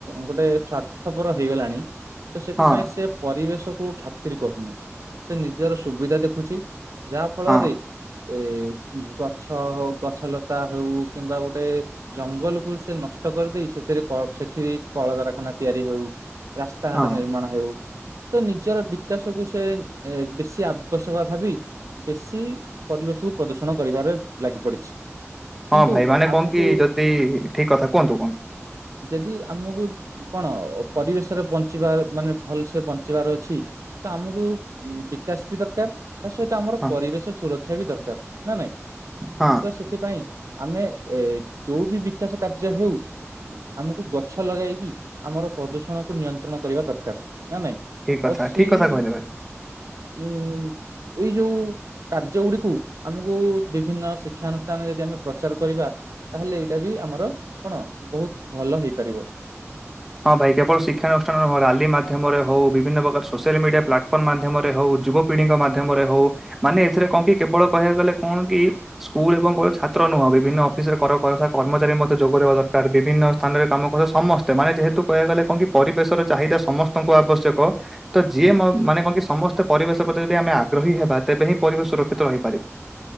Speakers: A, on the right; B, in the centre.
A: ଗୋଟେ ସ୍ୱାର୍ଥପର ହେଇଗଲାଣି। ତ ସେଥିପାଇଁ
B: ହଁ
A: ସେ ପରିବେଶକୁୁ ଖାତିର କରୁନି ସେ ନିଜର ସୁବିଧା ଦେଖୁଛି। ଯାହା ଫଳରେ
B: ହଁ
A: ଏ ଗଛ ହଉ ଗଛ ଲତା ହଉ କିମ୍ବା ଗୋଟେ ଜଙ୍ଗଲକୁୁ ସେ ନଷ୍ଟ କରିଦେଇ ସେଥିରେ କ ସେଠି କଳକାରଖାନା ତିଆରି ହଉ। ରାସ୍ତାଘାଟ
B: ହଁ
A: ନିର୍ମାଣ ହେଉ। ତ ନିଜର ବିକାଶକୁ ସେ ଏ ବେଶୀ ଆବଶ୍ୟକ ଭାବି ବେଶୀ ପରିବେଶକୁ ପ୍ରଦୂଷଣ କରିବାରେ ଲାଗି ପଡିଛି।
B: ହଁ
A: କିନ୍ତୁ
B: ଭାଇ ମାନେ କଣ
A: ଆମକୁ
B: କି ଯଦି ଠିକ କଥା କୁହନ୍ତୁ କୁହନ୍ତୁ?
A: ଯଦି ଆମକୁ କଣ ପରିବେଶରେ ବଞ୍ଚିବାର ମାନେ ଭଲ ସେ ବଞ୍ଚିବାର ଅଛି। ତ ଆମକୁ ବିକାଶ ବି ଦରକାର। ତା ସହିତ ଆମର
B: ହଁ
A: ପରିବେଶ ସୁରକ୍ଷା ବି ଦରକାର ନା ନାଇଁ ତ
B: ହଁ
A: ସେ ସେଥିପାଇଁ ଆମେ ଏ ଯୋଉ ବି ବିକାଶ କାର୍ଯ୍ୟ ହେଉ। ଆମକୁ ଗଛ ଲଗାଇକି ଆମର ପ୍ରଦୂଷଣକୁ ନିୟନ୍ତ୍ରଣ କରିବା ଦରକାର ନା ନାଇଁ?
B: ଠିକ କଥା
A: ଆଉ ସେଇ
B: ଠିକ କଥା କହିଲେ ଭାଇ।
A: ଉ ଏଇ ଯୋଉ କାର୍ଯ୍ୟ ଗୁଡିକୁ ଆମକୁ ବିଭିନ୍ନ ଶିକ୍ଷାନୁଷ୍ଠାନରେ ଯଦି ଆମେ ପ୍ରଚାର କରିବା ତାହେଲେ ଏଇଟା ବି ଆମର କଣ ବହୁତ ଭଲ ହେଇପାରିବ।
B: ହଁ ଭାଇ କେବଳ ଶିକ୍ଷାନୁଷ୍ଠାନରେ ହଁ ରାଲି ମାଧ୍ୟମରେ ହଉ ବିଭିନ୍ନ ପ୍ରକାର ସୋସିଆଲ୍ ମିଡ଼ିଆ ପ୍ଲାଟଫର୍ମ ମାଧ୍ୟମରେ ହେଉ ଯୁବ ପିଢିଙ୍କ ମାଧ୍ୟମରେ ହଉ ମାନେ ଏଥିରେ କଣ କି କେବଳ କହିବାକୁ ଗଲେ କଣ କି? ସ୍କୁଲ ଏବଂ କ ଛାତ୍ର ନୁହଁ ବିଭିନ୍ନ ଅଫିସରେ କର କର୍ମଚାରୀ ମଧ୍ୟ ଯୋଗଦବା ଦରକାର ବିଭିନ୍ନ ସ୍ଥାନରେ କାମ କରୁ ସମସ୍ତେ ମାନେ ଯେହେତୁ କହିବାକୁ ଗଲେ କଣ କି ପରିବେଶର ଚାହିଦା ସମସ୍ତଙ୍କୁ ଆବଶ୍ୟକ ତ ଯିଏ
A: ମୁଁ
B: ମାନେ କଣ କି ସମ ପରିବେଶ ପ୍ରତି ଯଦି ଆମେ ଆଗ୍ରହୀ ହେବା ତେବେ ହିଁ ପରିବେଶ ସୁରକ୍ଷିତ ରହିପାରିବ।